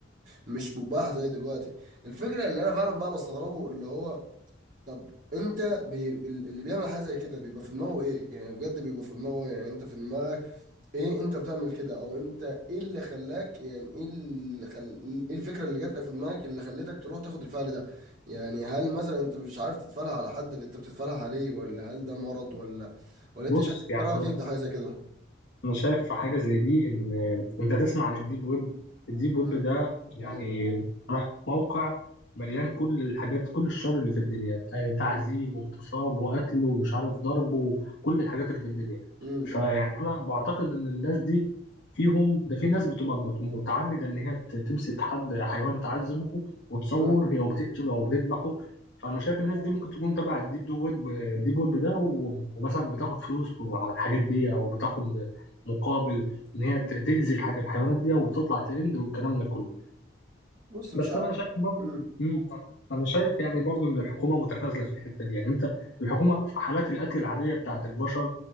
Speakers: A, on the right; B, on the left.
A: مش مباح زي دلوقتي الفكرة اللي انا فعلا بقى بستغربه اللي هو طب انت بي... اللي بيعمل حاجة زي كده بيبقى في دماغه ايه يعني بجد بيبقى في دماغه إيه؟ يعني انت في دماغك ايه انت بتعمل كده او انت ايه اللي خلاك يعني ايه اللي خل... ايه الفكره اللي جات لك في دماغك اللي خلتك تروح تاخد الفعل ده يعني هل مثلا انت مش عارف تتفعلها على حد انت بتتفعلها عليه ولا هل ده مرض ولا ولا
B: بص
A: انت شايف انت
B: يعني
A: رايك كيف ده حاجه زي كده
B: انا شايف في حاجه زي دي ان انت تسمع عن الديب ويب الديب
A: مم.
B: ويب ده يعني
A: ايوه
B: موقع مليان كل الحاجات كل الشر اللي في الدنيا آه، تعذيب
A: مم.
B: واغتصاب وقتل ومش عارف ضرب وكل الحاجات اللي في الدنيا
A: مم.
B: فيعني انا بعتقد ان الناس دي فيهم ده في ناس بتبقى مت- متعمده ان هي ت- تمسك حد حيوان تعذبه وتصور
A: مم.
B: هي وبتقتله او بتذبحه فانا شايف الناس دي ممكن تكون تبع الديب دو ويب ديب ويب ده و- ومثلا بتاخد فلوس على الحاجات دي او بتاخد مقابل ان هي ت- تأذي الحاجه الحيوانات دي وتطلع ترند والكلام ده كله
A: بص مش
B: بس
A: عارف
B: انا شايف برضه
A: مم.
B: مم. انا شايف يعني برضه ان الحكومه متخاذله في الحته دي يعني انت الحكومه في حالات القتل العاديه بتاعت البشر